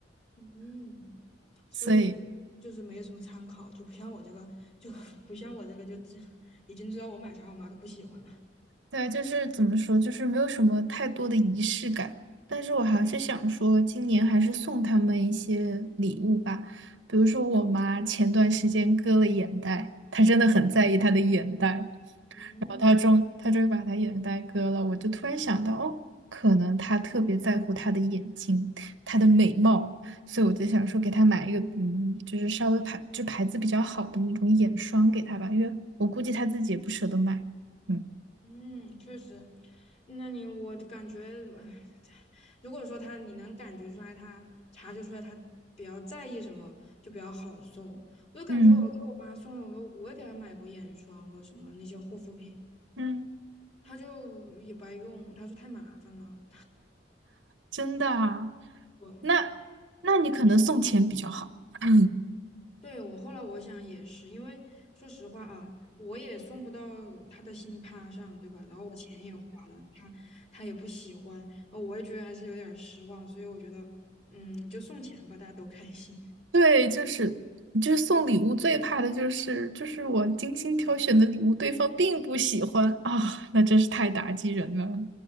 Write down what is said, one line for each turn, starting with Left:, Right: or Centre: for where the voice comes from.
Left: 嗯，所以就是没有什么参考，
Right: 所以。
Left: 就不像我这个，就 <laughs> 不像我这个，就知已经知道我买啥，我妈都不喜欢了。
Right: 对，就是怎么说，就是没有什么太多的仪式感，但是我还是想说，今年还是送他们一些礼物吧，比如说我妈前段时间割了眼袋，她真的很在意她的眼袋，然
Left: 嗯。
Right: 后她终她终于把她眼袋割了，我就突然想到，哦，可能她特别在乎她的眼睛，她的美貌，所以我就想说给她买一个，嗯，就是稍微牌就牌子比较好的那种眼霜给她吧，因为我估计她自己也不舍得买，嗯。
Left: 嗯，确实，那你我感觉，唉如果说他你能感觉出来他，察觉出来他比较在意什么，就比较好送。我就感觉我给我妈送了，
Right: 嗯。
Left: 我我也给她买过眼霜或者什么那些护肤品，
Right: 嗯，
Left: 她就也不爱用，她说太麻烦了。
Right: 真的啊？
Left: <laughs> 对。
Right: 那那你可能送钱比较好。<laughs>
Left: 对，我后来我想也是，因为说实话啊，我也送不到他的心趴上，对吧？然后我钱也花了，他他也不喜欢，呃我也觉得还是有点儿失望，所以我觉得，嗯，就送钱吧，大家都开心。
Right: 对，就是就是送礼物最怕的就是就是我精心挑选的礼物，对方并不喜欢啊，那真是太打击人了。